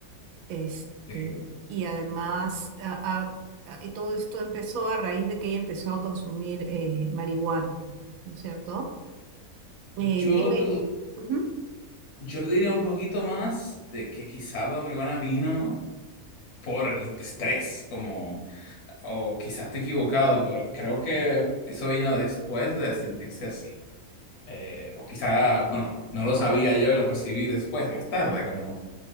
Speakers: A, on the right; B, on the left.
A: este,
B: Sí.
A: y además ha- ha- ha- y todo esto empezó a raíz de que ella empezó a consumir eh, marihuana, ¿no es cierto? Eh,
B: Yo,
A: dime,
B: lo-
A: ujú,
B: yo le diría un poquito más de que quizá la marihuana vino por el estrés, como o quizás estoy equivocado, pero creo que eso vino después de sentirse así. Eh, o quizás, bueno, no lo sabía yo y lo percibí después, más tarde, como no